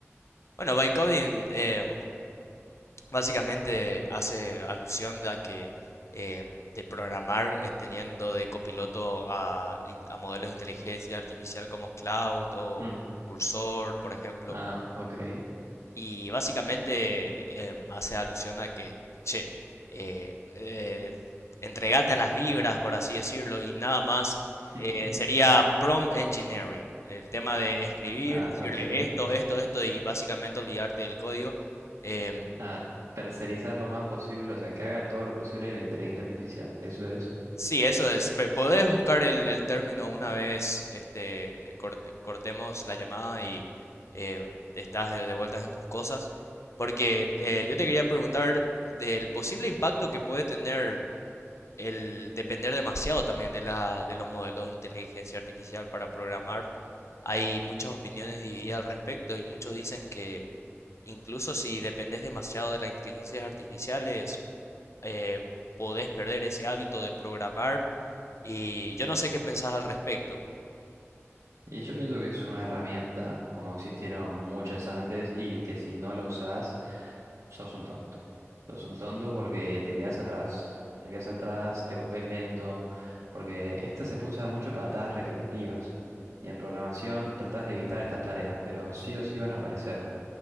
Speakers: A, on the left; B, on the right.
A: Bueno, vibe coding eh, básicamente hace alusión de a que eh, de programar eh, teniendo de copiloto a, in- a modelos de inteligencia artificial como Cloud o
B: mm,
A: Cursor, por ejemplo.
B: Ah, ok.
A: Y básicamente em, hace alusión a que, che, eh, eh, entregate a las vibras, por así decirlo, y nada más
B: <laughs>
A: eh, sería prompt engineering, el tema de escribir,
B: Ah,
A: decirle
B: ok.
A: esto, esto, esto, y básicamente olvidarte del código. Em,
B: Ah, tercerizar lo más posible, o sea, que haga todo lo posible de la inteligencia artificial. Eso es.
A: Sí, eso es. Pe- Podés buscar el, el término una vez este, corte- cortemos la llamada y eh, estás de, de vueltas en tus cosas. Porque eh, yo te quería preguntar del posible impacto que puede tener el depender demasiado también de la, de los modelos de inteligencia artificial para programar. Hay muchas opiniones divididas al respecto y muchos dicen que incluso si dependes demasiado de las inteligencias artificiales, eh, podés perder ese hábito de programar y yo no sé qué pensás al respecto.
B: Y yo pienso que es una herramienta, como existieron muchas antes, y que si no la usás, sos un tonto. Sos un tonto porque te quedas atrás. Te quedas atrás, te volvés lento, porque esta se usa mucho para tareas repetitivas. Y en programación tratás de evitar estas tareas, pero sí o sí van a aparecer.